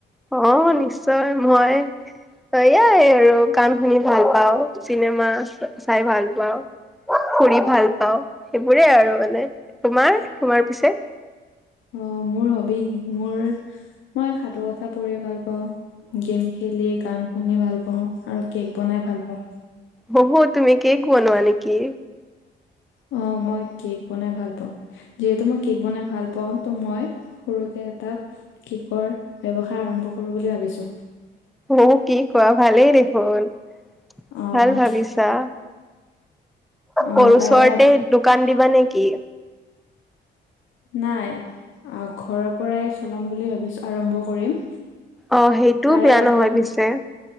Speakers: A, in the centre; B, on the left.
A: অ' নিশ্চয় মই এয়াই আৰু গান শুনি ভাল পাওঁ, চিনেমা চাই ভাল পাওঁ। ফুৰি ভাল পাওঁ সেইবোৰে আৰু মানে। তোমাৰ তোমাৰ পিছে?
B: অ' মোৰ হবি মোৰ মই সাধু কথা পঢ়ি ভাল পাওঁ, গেম খেলি, গান শুনি ভাল পাওঁ আৰু কেক বনাই ভাল পাওঁ।
A: বহু তুমি কেক বনোৱা নেকি?
B: অ' মই কেক বনাই ভাল পাওঁ। যিহেতু মই কেক বনাই ভাল পাওঁ ত' মই সৰুকে এটা কেকৰ ব্যৱসায় আৰম্ভ কৰোঁ বুলি ভাবিছোঁ।
A: অ' কি কোৱা ভালেই দেখোন,
B: অ',
A: ভাল ভাবিছা।
B: অ',
A: কৰুচৰতে
B: তাৰে আগ
A: দোকান দিবা নেকি?
B: নাই ঘৰৰ পৰাই চলাম বুলি ভাবিছোঁ, আৰম্ভ কৰিম।
A: অ' সেইটোও
B: তাৰে
A: বেয়া
B: আগত
A: নহয় পিছে।